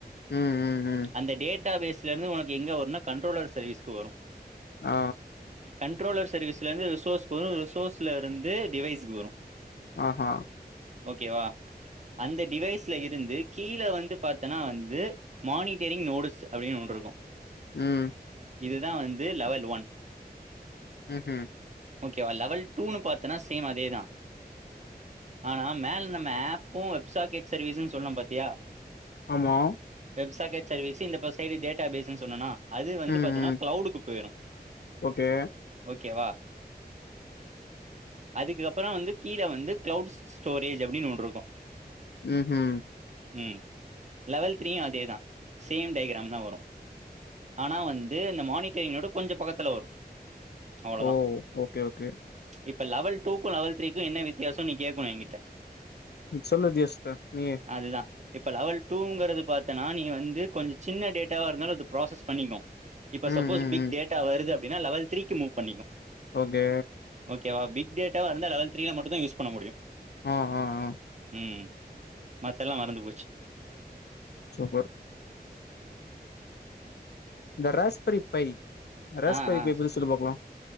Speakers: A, on the left; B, on the right.
A: ம் ம் ம்
B: அந்த டேட்டா பேஸ்லேருந்து ஒனக்கு எங்க வருன்னா கண்ட்ரலர் சர்வீஸ்கு வரு
A: அ
B: கண்ட்ரோலர் சர்வீஸ்லேந்து ரிசோர்ஸ்க் வரு ரிசோர்ஸில்லேருந்து டிவைஸ்க்கு வரு
A: அ ஹ
B: ஓகேவா அந்த டிவைஸ்ல இருந்து கீழ வந்து பாத்தனா வந்து மானிட்டரிங் நோடுஸ் அப்டின் ஒன்ருக்கு
A: ம்
B: இதுதா வந்து லவல் ஒன்
A: ம் ஹு
B: ஓகேவா லவல் டூ னு பாத்தனா சேம் அதேதா ஆனா மேல நம்ம ஆப்பு வெப்சாக்கெட் சர்வீஸன் சொன்னோ பாத்தியா
A: ஆமா
B: வெப்சாக்கெட் சர்வீஸு இந்த பஸ் சைடு டேட்டா பேஸ்ன் சொன்னனா அது வந்து
A: ம்
B: பாத்தனா
A: ம்
B: க்ளவுடுக்கு பேயிரு
A: ஓகே
B: ஓகேவா அதுக்கு அப்புற வந்து கீழ வந்து கிளவுட் ஸ்டோரேஜ் அப்டின்னு ஒன்று இருக்கோம்
A: ம் ம்
B: ம் லெவல் த்ரீயும் அதேதான் சேம் டைகிராம் தான் வரும் ஆனா வந்து இந்த மானிட்டரிங்யோட கொஞ்சோ பக்கத்துல வரும் அவ்வளோவதான்
A: ஓ ஓகே ஓகே
B: இப்ப லெவல் டூக்கு லெவல் த்ரீக்கு என்ன வித் விதியசோம் நி கேக்கனு எங்கிட்ட
A: சொல்லு வித்தியாசத்த நீயே
B: அதுதான் இப்ப லெவல் டூங்கிறது பாத்தனா நீ வந்து கொஞ்சோ சின்ன டேட்டாவா இருந்தாலு அது ப்ராசஸ் பண்ணிக்னோ இப்ப
A: ம்
B: சப்போஸ்
A: ம்
B: பிக்
A: ம்
B: டேட்டா வருது அப்டின்னா லெவல் த்ரீக்கு மூவ் பண்ணிக்கும்
A: ஓகே
B: ஓகேவா பிக் டேட்டாவா இருந்தா லெவல் த்ரீல மட்டும்தான் யூஸ் பண்ண முடியும்
A: ஆ ஆ ஆ
B: ம் மத்தெல்லாம் மறந்து போச்சு
A: சூப்பர் இந்த ரஸ்பெரி பை ரஸ்பெரி
B: ஆ ஆ
A: பை பத்தி சொல்லு பாக்லாம்